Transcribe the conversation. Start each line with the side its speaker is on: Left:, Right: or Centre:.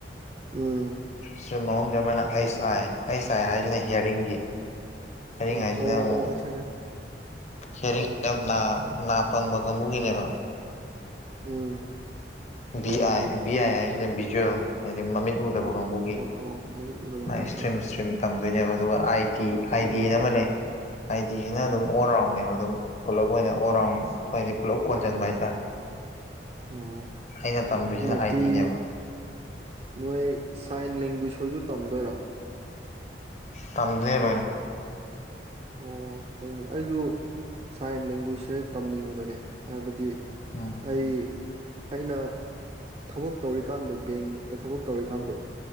Right: ꯎꯝ
Left: ꯁꯏꯇꯤꯝ ꯃꯍꯨꯝꯁꯦ ꯑꯃꯅ ꯑꯩꯁ ꯑꯥꯏ ꯑꯩꯁ ꯑꯥꯏ ꯍꯥꯏꯁꯤꯅ ꯍꯤꯌꯥꯔꯤꯡꯒꯤ ꯍꯤꯌꯔꯤ
Right: ꯑ ꯑꯣ
Left: ꯍꯥꯏꯁꯤꯅ ꯑꯃꯨꯛ
Right: ꯑꯣ ꯑꯠꯆꯥ ꯑꯠꯆꯥ
Left: ꯍꯔꯤꯡ ꯍꯥꯏꯁꯤ ꯅꯥ ꯄꯪꯕ ꯀꯥꯡꯕꯨꯒꯤꯅꯦꯕ
Right: ꯎꯝ
Left: ꯚꯤ ꯑꯥꯏ ꯚꯤ ꯑꯥꯏ ꯍꯥꯏꯁꯤꯅ ꯕꯤꯖꯣ ꯍꯥꯏꯗꯤ ꯃꯃꯤꯠ ꯎꯗꯕ ꯀꯥꯡꯕꯨꯒꯤ
Right: ꯑꯣ ꯑꯣ ꯑꯣ ꯃꯃꯤꯠ ꯎꯗꯕ ꯑꯥ
Left: ꯏꯁꯇ꯭ꯔꯤꯝ
Right: ꯑꯥ
Left: ꯏꯁꯇ꯭ꯔꯤꯝ ꯇꯝꯗꯣꯏꯅꯦꯕ ꯑꯗꯨꯒ ꯑꯥꯏꯗꯤ ꯑꯥꯏ
Right: ꯎꯝ
Left: ꯗꯤꯅ ꯑꯃ ꯂꯩ ꯑꯥꯏꯗꯤꯁꯤꯅ ꯑꯗꯨꯝ ꯑꯣꯜ ꯔꯥꯎꯟꯅꯕ ꯑꯗꯨꯝ ꯄꯨꯂꯞ ꯑꯣꯏꯅ ꯑꯣꯜ ꯔꯥꯎꯟ ꯍꯥꯏꯗꯤ ꯄꯨꯂꯞ ꯀꯣꯟꯁꯤꯟꯕ ꯍꯥꯏꯇꯥꯔꯦ
Right: ꯑꯣ
Left: ꯑꯩꯅ ꯇꯝꯗꯣꯏꯁꯤꯅ
Right: ꯑꯗꯨꯅꯗꯤ
Left: ꯑꯥꯏ ꯗꯤꯅꯦꯕ
Right: ꯅꯣꯏ ꯁꯥꯏꯟ ꯂꯦꯡꯒ꯭ꯋꯖ ꯍꯣꯏꯁꯨ ꯇꯝꯗꯣꯏꯔꯣ
Left: ꯇꯝꯗꯣꯏꯅꯦ ꯂꯣꯏꯅ
Right: ꯑꯣ ꯐꯩꯅꯦ ꯑꯩꯁꯨ ꯁꯥꯏꯟ ꯂꯦꯡꯒ꯭ꯋꯖꯁꯦ ꯇꯝꯅꯤꯡꯕꯅꯦ ꯍꯥꯏꯕꯗꯤ
Left: ꯎꯝ
Right: ꯑꯩ ꯑꯩꯅ ꯊꯕꯛ ꯇꯧꯔꯤꯀꯥꯟꯗꯣ ꯕꯦꯡꯇ ꯊꯕꯛ ꯇꯧꯔꯤꯀꯥꯟꯗꯣ